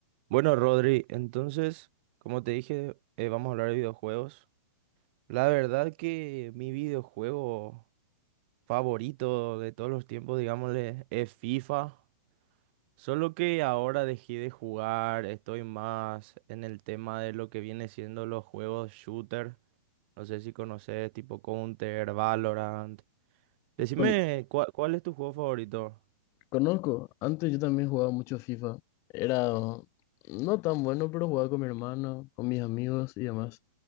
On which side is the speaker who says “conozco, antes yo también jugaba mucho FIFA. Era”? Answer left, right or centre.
Left